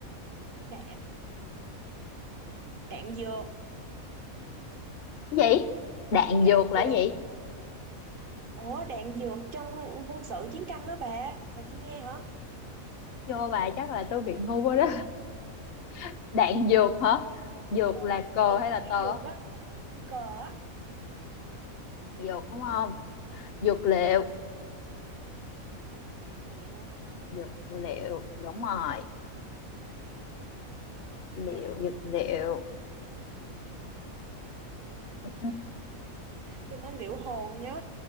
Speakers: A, on the right; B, on the left.
A: đạn đạn dược
B: Cái gì Đạn
A: đạn
B: dược là
A: dược
B: cái gì
A: ủa đạn dược trong quân sự chiến tranh đó bà bà chưa nghe hả
B: Vô bà chắc là tôi bị ngu quá đó <laughs> Đạn dược hả Dược
A: ờ
B: là
A: chiến
B: cờ
A: lược
B: hay
A: trong
B: là
A: y
B: tờ
A: dược á chưa cờ á
B: Dược đúng không Dược liệu
A: liệu hả
B: Dược liệu đúng rồi liệu
A: liệu
B: dược liệu
A: Trời ơi,
B: Ừ.
A: tôi nói liệu hồn nhá,